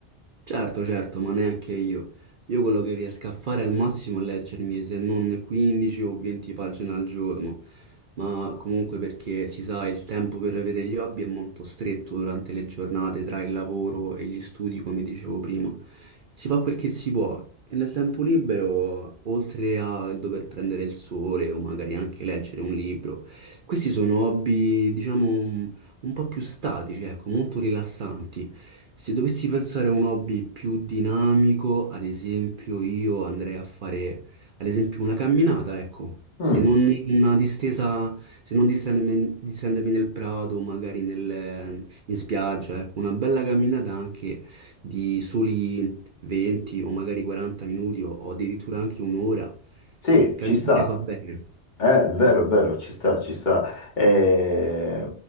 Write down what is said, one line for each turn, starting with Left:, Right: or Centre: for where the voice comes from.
Right: Certo, certo, ma neanche io. Io quello che riesco a fare al massimo è leggermi se non 15 o 20 pagine al giorno, ma comunque perché si sa il tempo per avere gli hobby è molto stretto durante le giornate tra il lavoro e gli studi, come dicevo prima. Si fa quel che si può e nel tempo libero, oltre al dover prendere il sole o magari anche leggere un libro, questi sono hobby, diciamo, un po' più statici, ecco, molto rilassanti. Se dovessi pensare a un hobby più dinamico, ad esempio, io andrei a fare, ad esempio, una camminata, ecco.
Left: Mm,
Right: Se non una distesa, se non distendermi, distendermi nel prato, magari nel- in spiaggia, ecco, una bella camminata anche di soli 20 o magari 40 minuti o, o addirittura anche un'ora.
Left: sì,
Right: Camminare
Left: ci sta.
Right: fa bene,
Left: Eh, vero, è vero, ci sta, ci sta. Eh,